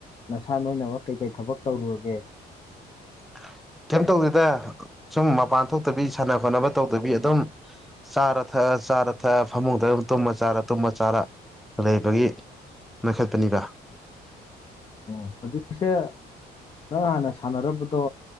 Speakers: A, on the left; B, in the centre.
A: ꯅꯁꯥ ꯅꯣꯏꯃꯛ ꯀꯩꯀꯩ ꯊꯕꯛ ꯇꯧꯔꯨꯔꯒꯦ
B: <unintelligible> ꯀꯩꯝ ꯇꯧꯗꯦꯗ ꯁꯨꯝ ꯃꯄꯥꯟ ꯊꯣꯛꯇꯕꯤ ꯁꯥꯟꯅ ꯈꯣꯠꯅꯕ ꯇꯧꯗꯕꯤ ꯑꯗꯨꯝ ꯆꯥꯔ ꯊꯛꯑ ꯆꯥꯔ ꯊꯛꯑ ꯐꯃꯨꯡꯗ ꯑꯗꯨꯝ ꯇꯨꯝꯃ ꯆꯥꯔ ꯇꯨꯝꯃ ꯆꯥꯔ ꯂꯩꯕꯒꯤ ꯃ ꯈꯦꯠꯄꯅꯤꯕ
A: ꯑꯣ ꯍꯧꯖꯤꯛꯁꯦ ꯅꯪ ꯍꯥꯟꯅ ꯁꯥꯟꯅꯔꯕꯗꯣ